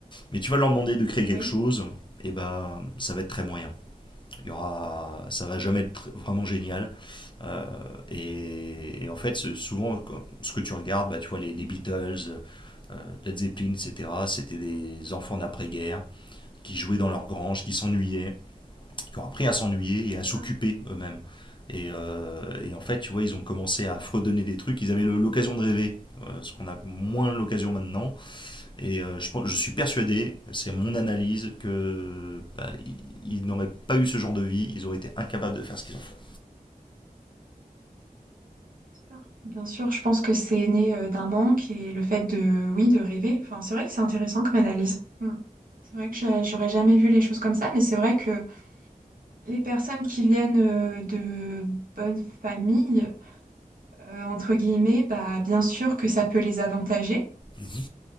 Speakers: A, on the left (about 35°); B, on the right (about 70°).
A: mais tu vas leur demander de créer quelque
B: Oui,
A: chose, et ben, ça va être très moyen. Il y aura, ça va jamais être vraiment génial. Euh, et, et, en fait, souvent, ce que tu regardes, bah, tu vois, les, les Beatles, euh, euh, Led Zeppelin, etc., c'était des enfants d'après-guerre qui jouaient dans leur grange, qui s'ennuyaient, qui ont appris à s'ennuyer et
B: c'est
A: à
B: ça,
A: s'occuper eux-mêmes. Et, euh, et en fait, tu vois, ils ont commencé à fredonner des trucs, ils avaient le- l'occasion de rêver, euh, ce qu'on a moins l'occasion maintenant. Et euh, je, pense- je suis persuadé, c'est mon analyse, que bah, ils, ils n'auraient pas eu ce genre de vie, ils auraient été incapables de faire ce qu'ils ont fait.
B: c'est sûr. Bien sûr, je pense que c'est né euh, d'un manque et le fait de, oui, de rêver. Enfin, c'est vrai que c'est intéressant comme analyse. Hmm. C'est vrai que j'a- j'aurais jamais vu les choses comme ça, mais c'est vrai que les personnes qui viennent euh, de bonnes familles, euh, entre guillemets, bah, bien sûr que ça peut les avantager,
A: Mhm.